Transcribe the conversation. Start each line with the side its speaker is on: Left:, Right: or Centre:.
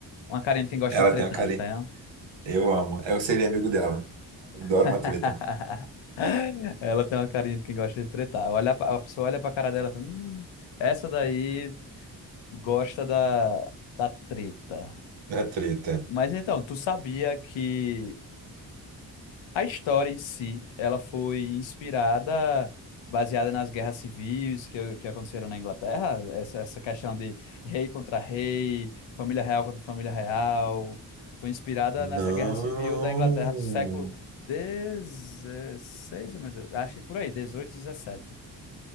Left: uma carinha de quem gosta
Right: Ela
Left: de tretar,
Right: tem a Kali.
Left: não tem? não?
Right: Eu amo. Eu seria amigo dela. Adoro
Left: <laughs>
Right: uma treta.
Left: Ela tem uma carinha de quem gosta de tretar. Olha, pra- a pessoa olha pra cara dela e fala, "Hum, essa daí. Gosta da, da treta.
Right: uma treta.
Left: Mas então, tu sabia que a história em si, ela foi inspirada, baseada nas guerras civis que, que aconteceram na Inglaterra? Essa, essa questão de rei contra rei, família real contra família real. Foi inspirada
Right: Não.
Left: nessa guerra civil da Inglaterra do século XVI, meu Deus. Acho que por aí, 18, 17.